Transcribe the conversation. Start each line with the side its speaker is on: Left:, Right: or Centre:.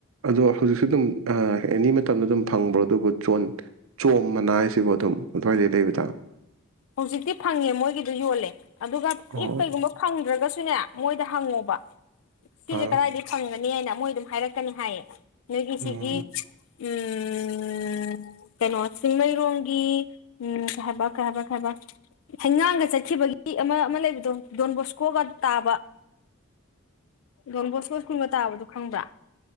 Right: ꯑꯗꯣ ꯍꯧꯖꯤꯛꯁꯨ ꯑꯗꯨꯝ ꯑꯦꯅꯤ ꯃꯇꯝꯗꯥ ꯑꯗꯨꯝ ꯐꯪꯕ꯭ꯔꯣ ꯑꯗꯨꯕꯨ ꯆꯣꯟ ꯆꯣꯝ ꯃꯅꯥ ꯍꯥꯏꯁꯤꯕꯨ ꯑꯗꯨꯝ ꯑꯗꯨꯋꯥꯏꯗꯩ ꯂꯩꯕꯗꯥ
Left: ꯍꯧꯖꯤꯛꯇꯤ ꯐꯪꯉꯦ ꯃꯣꯏꯒꯤꯗꯨ ꯌꯣꯜꯂꯦ ꯑꯗꯨꯒ
Right: ꯑꯣ
Left: ꯏꯐ ꯀꯩꯒꯨꯝꯕ ꯐꯪꯗ꯭ꯔꯒꯁꯨꯅꯦ ꯃꯣꯏꯗꯥ ꯍꯪꯉꯣꯕ ꯁꯤꯁꯦ
Right: ꯑꯥ
Left: ꯀꯥꯏꯗꯩ ꯐꯪꯒꯅꯤ ꯍꯥꯏꯅ ꯃꯣꯏ ꯑꯗꯨꯝ ꯍꯥꯏꯔꯛꯀꯅꯤ ꯍꯥꯏꯌꯦ ꯅꯣꯏꯒꯤ
Right: ꯎꯝ
Left: ꯁꯤꯒꯤ ꯎꯝ ꯀꯩꯅꯣ ꯆꯤꯡꯃꯩꯔꯣꯡꯒꯤ ꯎꯝ ꯀꯩ ꯍꯥꯏꯕ ꯀꯩ ꯍꯥꯏꯕ ꯍꯥꯏꯕ ꯍꯩꯉꯥꯡꯒꯥ ꯆꯠꯈꯤꯕꯒꯤ ꯑꯃꯥ ꯑꯃꯥ ꯂꯩꯕꯗꯣ ꯗꯣꯟꯕꯣꯁꯀꯣꯒꯥ ꯇꯥꯕ
Right: <inaudible>
Left: ꯗꯣꯟꯕꯣꯁꯀꯣ ꯁꯀꯨꯟꯒꯥ ꯇꯥꯕꯗꯣ ꯈꯪꯕ꯭ꯔꯥ